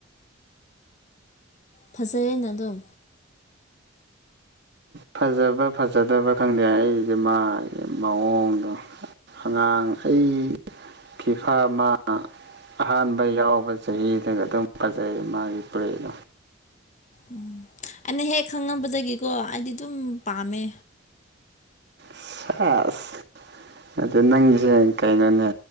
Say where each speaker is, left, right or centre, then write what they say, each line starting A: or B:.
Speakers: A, on the left (about 35°); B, on the right (about 55°).
A: ꯐꯖꯩꯅ ꯑꯗꯨꯝ
B: ꯐꯖꯕ ꯐꯖꯗꯕ ꯈꯪꯗꯦ ꯑꯩꯗꯤ ꯃꯥꯒꯤ ꯃꯑꯣꯡꯗꯣ ꯑꯉꯥꯡ ꯑꯩ ꯐꯤꯐꯥ ꯑꯃ ꯑꯍꯥꯟꯕ ꯌꯥꯎꯕ ꯆꯍꯤ ꯁꯤꯅ ꯑꯗꯨꯝ ꯐꯖꯩ ꯃꯥꯒꯤ ꯄ꯭ꯔꯦꯗꯣ
A: ꯎꯝ ꯑꯩꯅ ꯍꯦꯛ ꯈꯪꯉꯝꯕꯗꯒꯤꯀꯣ ꯑꯩꯗꯤ ꯑꯗꯨꯝ ꯄꯥꯝꯃꯦ
B: ꯁꯥꯁ ꯑꯗꯨ ꯅꯪꯁꯦ ꯀꯩꯅꯣꯅꯦ